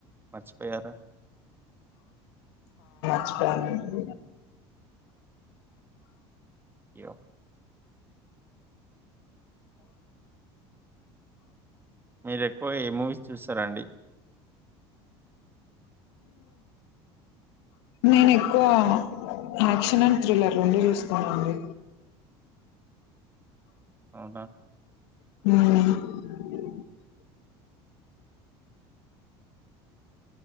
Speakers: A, on the right (about 15°); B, on the left (about 80°).
A: మర్చిపోయారా
B: పోయానండి
A: అయ్యో మీరు ఎక్కువ ఏ మూవీస్ చూస్తారాండి
B: నేను ఎక్కువ యాక్షన్ అండ్ థ్రిల్లర్ రెండు చూస్తానండి
A: అవునా
B: ఆ